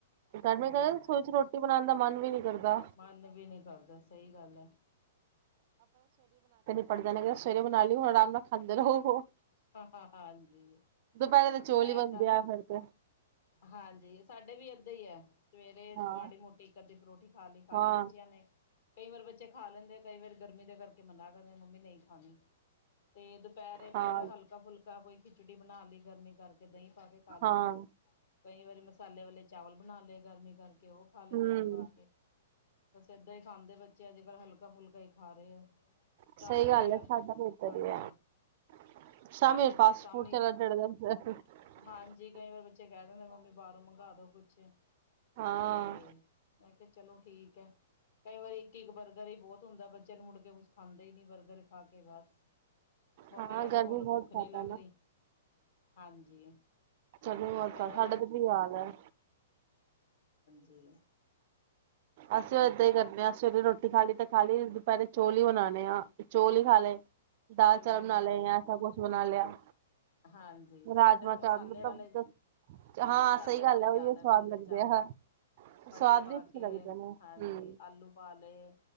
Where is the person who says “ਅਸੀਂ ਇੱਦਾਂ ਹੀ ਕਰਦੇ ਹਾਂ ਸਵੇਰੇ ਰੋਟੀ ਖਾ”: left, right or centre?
Right